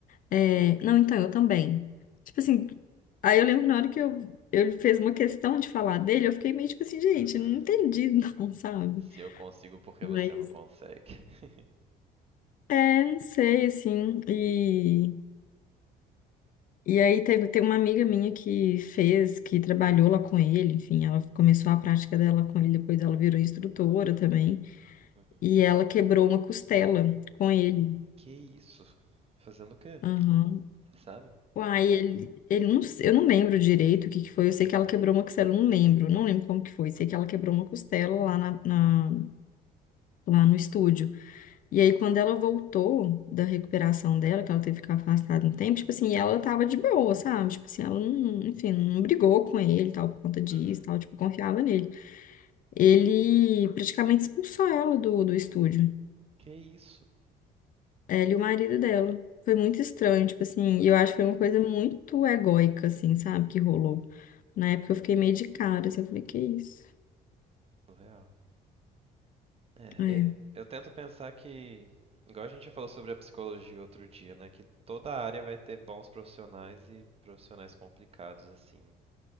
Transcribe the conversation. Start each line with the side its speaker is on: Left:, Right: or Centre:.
Left: É, não, então, eu também. Tipo assim, aí eu lembro que na hora que eu, ele fez uma questão de falar dele, eu fiquei meio tipo assim, gente,
Right: uhum.
Left: não entendi não, <laughs> sabe?
Right: Se eu consigo, por que
Left: Mas,
Right: você não consegue? <laughs>
Left: é, não sei, assim, e, e aí teve, tem uma amiga minha que fez, que trabalhou lá com ele, enfim, ela começou a prática dela com ele, depois ela virou instrutora também,
Right: Uhum.
Left: e ela quebrou uma costela com ele.
Right: Que isso? Fazendo o quê?
Left: Aham.
Right: Você sabe?
Left: Uai, ele, ele não, se- eu não lembro direito o que que foi. Eu sei que ela quebrou uma costela, eu não lembro, não lembro como que foi. Sei que ela quebrou uma costela lá, na, na- lá no estúdio. E aí, quando ela voltou da recuperação dela, que ela teve que ficar afastada um tempo, tipo assim, ela tava de boa, sabe? Tipo assim, ela não, enfim, não brigou com ele, e tal, por conta disso,
Right: Uhum.
Left: e tal, tipo, confiava nele. Ele praticamente expulsou ela do, do estúdio,
Right: Que isso?
Left: ela e o marido dela. Foi muito estranho, tipo assim, e eu acho que foi uma coisa muito egóica, assim, sabe, que rolou. Na
Right: Uhum.
Left: época eu fiquei meio de cara, assim, eu falei, que isso?
Right: Surreal. É,
Left: É,
Right: é, eu tento pensar que, igual a gente já falou sobre a psicologia outro dia, né? Que toda área vai ter bons profissionais e profissionais complicados, assim.